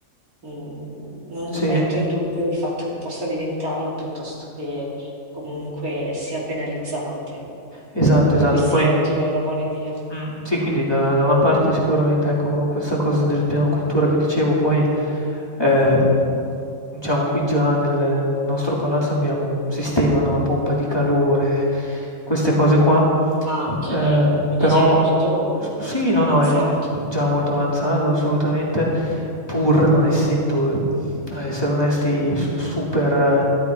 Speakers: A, on the right; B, on the left.
A: mh, non
B: Sì.
A: metto in dubbio il fatto che possa diventarlo piuttosto che comunque sia penalizzante.
B: Esatto,
A: Per
B: esatto.
A: cui sì,
B: Poi
A: è ottima, è una buona idea.
B: Mh, sì, quindi da da una parte sicuramente, ecco, questa cosa del piano cottura che dicevo, poi, ehm, diciamo qui già nel nostro palazzo abbiamo un sistema, no, a pompa di calore, queste cose qua,
A: Ah, ok,
B: ehm,
A: quindi
B: però
A: è già molto
B: s sì,
A: avanzato.
B: no, no, è g già molto avanzato assolutamente, pur non essendo a essere onesti, s super,